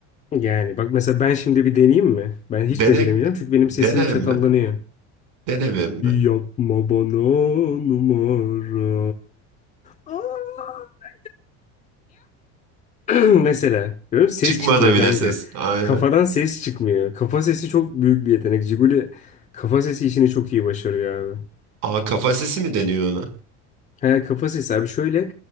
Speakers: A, on the left; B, on the right.
A: Yani bak mesela ben şimdi bir deneyeyim mi? Ben hiç
B: Dene
A: beceremeyeceğim çünkü benim
B: dene
A: sesim çatallanıyor.
B: mi? Dene mi?
A: Yapma bana numara. Aa! <clears throat> Mesela. Görüyor musun? Ses
B: Çıkmadı
A: çıkmıyor
B: bile
A: kanka.
B: ses. Aynen.
A: Kafadan ses çıkmıyor. Kafa sesi çok büyük bir yetenek. Ciguli kafa sesi işini çok iyi başarıyor abi.
B: Aa kafa sesi mi deniyor ona?
A: He, kafa sesi abi şöyle